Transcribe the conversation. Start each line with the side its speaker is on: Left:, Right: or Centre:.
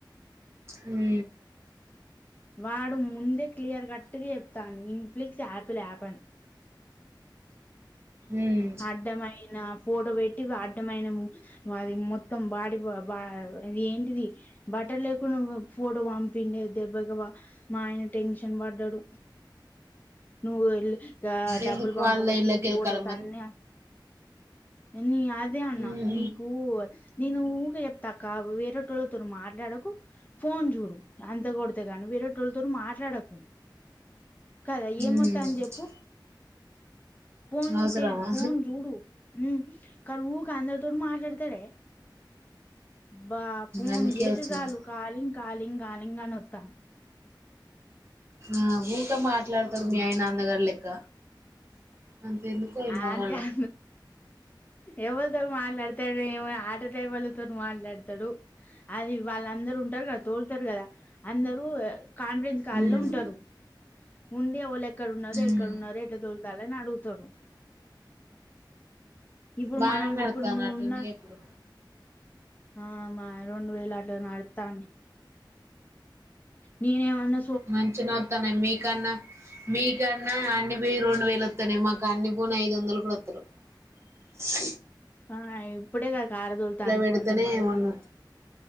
Right: హ
Left: వాడు ముందే క్లియర్ కట్గా చెప్తాను ఇన్ఫ్లిక్స్ యాపిల్ యాప్ అన్
Right: ఉమ్
Left: అడ్డమైన ఫోడో పెట్టి అడ్డమైన అది మొత్తం బాడి బా అది ఏంటిది బట్టర్ లేకుడావ్ ఫోటో పంపిండే దెబ్బగా మా ఆయన టెన్షన్ పడ్డాడు నువ్వు వె డబ్బులు
Right: ఎందుకు
Left: పంపకతే
Right: వాళ్ళ ఇళ్ళ
Left: ఈ
Right: గెలకాల
Left: ఫొటోస్
Right: మరి
Left: అన్ని నీ అదే అన్న
Right: ఉమ్
Left: నీకు నేను ఊక చెప్తాక వేరేటోళ్ళతో మార్ మాట్లాడకు ఫోన్ చూడు అంత కొడితే గాను వేరే టోళ్ళతోోరు మాట్లాడకు కదా ఏమొతా
Right: ఉమ్
Left: అని చెప్పు ఫోన్
Right: అవసరమా
Left: త ఫోన్ జూడూ ఉ కడుఊ కాంంద్ర దోడు మాట్లాడతాడ బా ఫోన్
Right: అందుకే
Left: చేతే
Right: వచ్చింది
Left: చాలు కాలింగ్ కాాలలింగ కాాలలింగంగా నతా
Right: ఆ ఊకా మాట్లాడతాారు
Left: ఉమ్
Right: మీ ఆయ నాన్నగారు లెక్క అంత ఎందుకో ఈ
Left: ఆ
Right: మొగోళ్ళకు
Left: అంటే అ ఎవరితో మాట్లాడతాడు ఏమ ఆటో డై వాళ్లతో మాట్లాడతాడు అది వాళ్ళు అందరుూ ఉంటారు కదా తోలుతారు కదా అందరుూ కాన్ఫిడెన్స్ కాళ్ళు
Right: ఉమ్
Left: ఉంటారు ఉండడి ఎ వాళ ఎక్కడ ఉన్నారు
Right: ఉమ్
Left: ఎక్కడ ఉన్నారు ఎ ద ళ నడుగుతడు ఇప్పుడు
Right: బానే
Left: మనం
Right: నడుత్తన్నట్టుందిగా
Left: ఇప్పుడు ను ఉన్న
Right: ఇప్పుడు
Left: ఆ మా రెండు వేలుంట అతా ననే అన్న
Right: మంచి నొతానే మీకన్నా మీ కన్నా అన్ని పోయి రెండు వేలు వస్తనే మాకు అన్ని పోను ఐదు వందలు కూడా వస్తారు స్
Left: ఆ ఇప్పుడే గా కారు తోలుతుండాడు
Right: పెడితేనే
Left: కొంచెం బడితె
Right: ఏమన్నా